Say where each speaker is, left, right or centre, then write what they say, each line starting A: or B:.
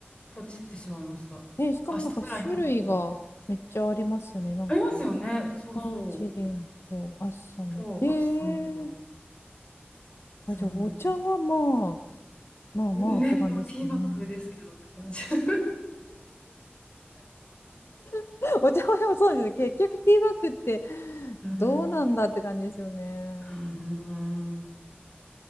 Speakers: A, on the left (about 25°); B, on the left (about 80°).
A: ポチってしまいました。
B: ね、しかもなんか種類がめっちゃありますね。
A: 明日ぐらいに届くと思う。
B: なんか、
A: ありますよね。そうそう。
B: パウチデンとアッサム。
A: そう、
B: えー、
A: アッサムと。そうなんです。
B: あ、じゃあお茶はまあ、まあまあって感じですかね。
A: ね、もうティーバッグですけどって感じ。<laughs>
B: <laughs> お茶はでもそうですね。結局ティーバッグって
A: うーん。
B: どうなんだって感じですよね。
A: <laughs> うーん